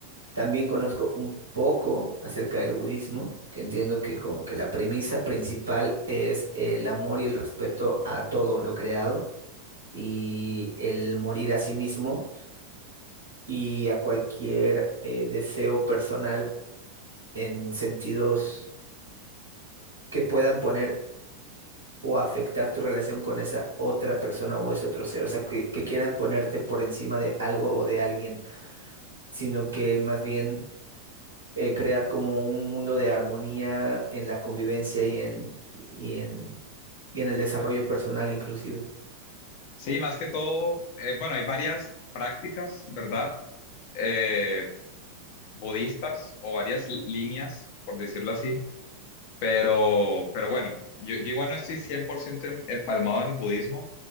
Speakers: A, on the right (about 80°); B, on the left (about 50°).
A: también conozco un poco acerca del budismo, que entiendo que como que la premisa principal es el amor y el respeto a todo lo creado y el morir a sí mismo y a cualquier eh, deseo personal en sentidos que puedan poner o afectar tu relación con esa otra persona o ese otro ser. O sea, que, que quieran ponerte por encima de algo o de alguien, sino que más bien eh, crear como un mundo de armonía en la convivencia y en, y en, y en el desarrollo personal inclusive.
B: Sí, más que todo, eh, bueno, hay varias prácticas, ¿verdad? Eh, budistas o varias li- líneas, por decirlo así, pero, pero bueno, yo, yo igual no estoy 100% em- empalmado en el budismo,